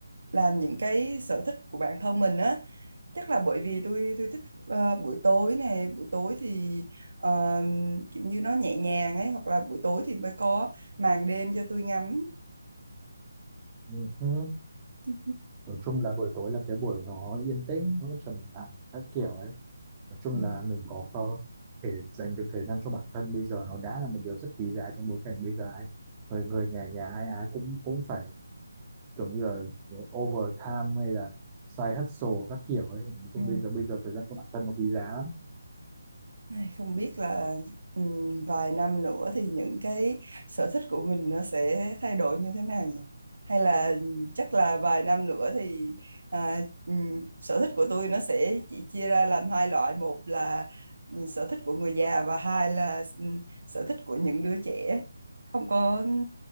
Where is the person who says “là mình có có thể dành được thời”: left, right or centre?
Right